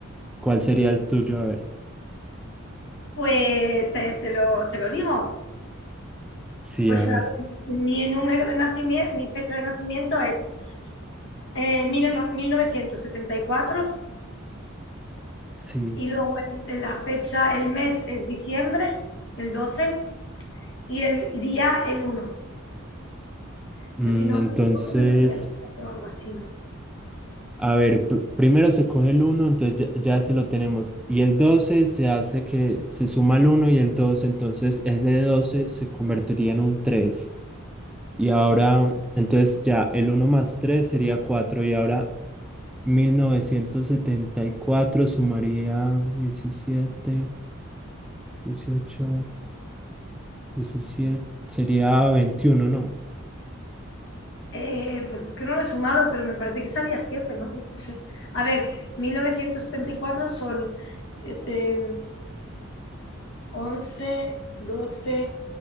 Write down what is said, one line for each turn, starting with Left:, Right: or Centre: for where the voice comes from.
Centre: ¿cuál sería el tuyo? A ver,
Left: Pues eh, te lo, te lo digo.
Centre: sí,
Left: Pues
Centre: a ver,
Left: a ver, mi número de nacimiento, mi fecha de nacimiento es eh, 1974 y cuatro
Centre: sí.
Left: y luego en- la fecha, el mes es diciembre, el 12. y el día el uno
Centre: Mm,
Left: Entonces, si no
Centre: entonces...
Left: me equivoco, me salía el 7 o algo así, ¿no?
Centre: A ver, pr- primero se coge el uno entonces ya, ya ese lo tenemos. Y el doce se hace que se suma el uno y el doce entonces ese 12 se convertiría en un tres Y ahora, entonces ya el uno más 3 sería cuatro Y ahora 1974 sumaría diecisiete dieciocho diecisiete sería veintiuno ¿no?
Left: Eh, pues es que no lo he sumado, pero me parece que salía siete ¿no? No sé. A ver, 1974 son siete once doce